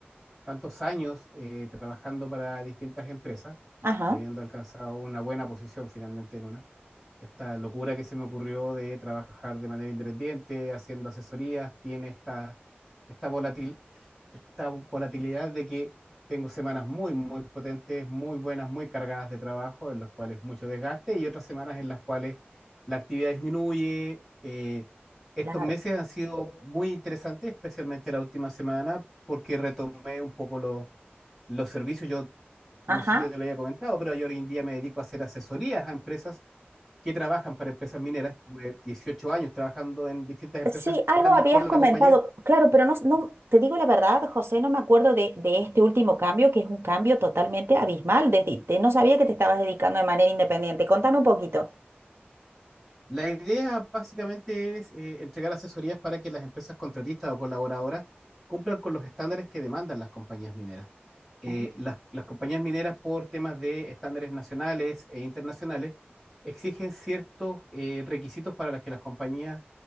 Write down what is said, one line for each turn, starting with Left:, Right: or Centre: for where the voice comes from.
Centre: tantos años eh, trabajando para distintas empresas
Right: Ajá.
Centre: y habiendo alcanzado una buena posición finalmente en una, esta locura que se me ocurrió de trabajar de manera independiente, haciendo asesorías, tiene esta, esta, volatil, esta volatilidad de que tengo semanas muy, muy potentes, muy buenas, muy cargadas de trabajo, en las cuales mucho desgaste, y otras semanas en las cuales la actividad disminuye, eh, estos
Right: Claro.
Centre: meses han sido muy interesantes, especialmente la última semana, porque retomé un poco lo- los servicios. Yo no
Right: Ajá.
Centre: sé si te lo había comentado, pero yo hoy en día me dedico a hacer asesorías a empresas que trabajan para empresas mineras. Estuve 18 años trabajando en distintas empresas
Right: Sí, algo
Centre: grandes
Right: habías
Centre: por la
Right: comentado,
Centre: compañía
Right: claro, pero no, no, te digo la verdad, José, no me acuerdo de, de este último cambio, que es un cambio totalmente abismal. desde- te- no sabía que te estabas dedicando de manera independiente. Contame un poquito.
Centre: La idea básicamente es eh, entregar asesorías para que las empresas contratistas o colaboradoras cumplan con los estándares que demandan las compañías mineras. Eh,
Right: Mm,
Centre: las, las compañías mineras, por temas de estándares nacionales e internacionales, exigen ciertos eh, requisitos para las que las compañías